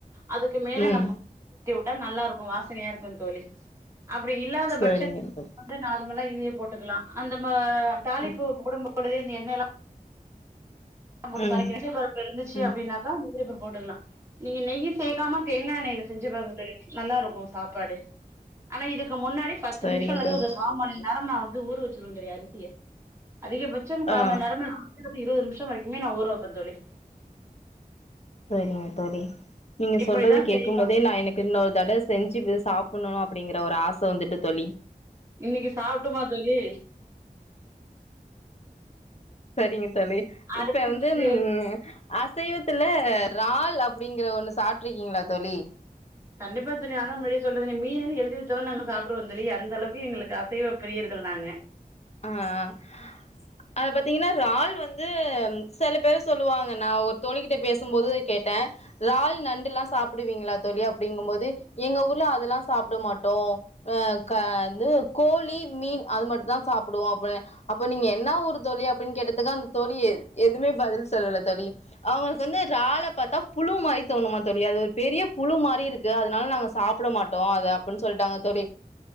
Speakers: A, on the right (about 20°); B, on the left (about 45°).
A: அதுக்கு மேல
B: ம்
A: நம்ம ஊத்தி உட்டா நல்லா இருக்கு வாசனையா இருக்கு தோழி அப்படி இல்லாத
B: சரிங்க
A: பட்சத்துல நம்ம
B: தோழி
A: வந்து நார்மலா இதே போட்டுக்கலா அந்த நம்ப தாலிப்பூ
B: ம்
A: குடும்ப கூடவே நீ எண்ணெயெல்லா போட்டு
B: ம்
A: தாலிக்க <unintelligible> இருந்துச்சு
B: ம்
A: அப்டின்னாகா முந்திரி பருப்பாபோட்டுக்கலா நீங்க நெயி சேக்காம தேங்கா எண்ணெயில செஞ்சு பாருங்க தோழி நல்லா இருக்கும் சாப்பாடு ஆனா இதுக்கு முன்னாடி பத்து
B: சரிங்க
A: நிமிஷோ அல்லது
B: தோழி
A: ஒரு காமனி நேரோ நா வந்து ஊர வச்சிருவே தோழி அரிசியே அதிக பட் ச்சோ கா
B: ஆ
A: மணிநேரமா <unintelligible> இருவது நிமிஷோ வரைக்குமே நா ஊறவப்பே தோழி
B: செரிங்க தோழி நீங்க
A: இப்டிதா
B: சொல்றத கேக்கும்
A: செய்வே
B: போதே நா இன்னைக் இன்னொரு தடவ செஞ்சு இது சாப்பண்ணு அப்பிடிங்கிற ஒரு ஆச வந்துட்டு தோழி
A: இன்னைக்கி சாப்ட்டுமா தோழி
B: சரிங்க தோழி
A: அடுத்து
B: இப்ப வந்து ம் அசைவத்துல றால் அப்டிங்கிற ஒண்ணு சாப்ட்டுருக்கீங்களா தோழி
A: கண்டிப்பா தோழி நா தா முன்னாடியே சொல்றிந்தனே மீனுன் எழுதி வச்சாலு நாங்க சாப்றுவோந் தோழி அந்த அளவுக்கு எங்களுக்கு அசைவ பிரியர்கள் நாங்க
B: ஆ ஆ அத பாத்தீங்கன்னா றால் வந்து செல பேர் சொல்லுவாங்க நா ஒரு தோழி கிட்ட பேசும்போது கேட்டே றால் நண்டுலா சாப்புடுவீங்களா தோழி அப்டிங்கம் போது எங்க ஊர்ல அதல்லா சாப்ட மாட்டோ அ க வந்து கோழி மீன் அது மட்டு தா சாப்டுவோ அப் அப்ப நீங்க என்னா ஊரு தோழி அப்டின் கேட்டதுக்கு அந்த தோழி எதுமே பதில் சொல்லல தோழி அவுங்களுக்கு வந்து றால பாத்தா புழு மாரி தோணுமா தோழி அது ஒரு பெரிய புழு மாரி இருக்கு கு அதுனால நாங்க சாப்ட மாட்டோ அத அப்புன் சொல்ட்டாங்க தோழி